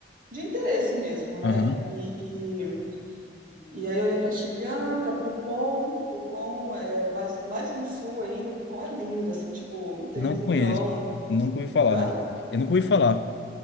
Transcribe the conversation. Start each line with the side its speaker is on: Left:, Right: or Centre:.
Right: de interesse mesmo, né?
Left: aham.
Right: E, E aí eu ia para Chilhã, para Pucón, Pucón é mais, mais no sul ainda, Pucón é lindo, assim, tipo, tem
Left: Não
Right: um vulcão.
Left: conheço, nunca ouvi falar,
Right: Hã?
Left: né? Eu nunca ouvi falar.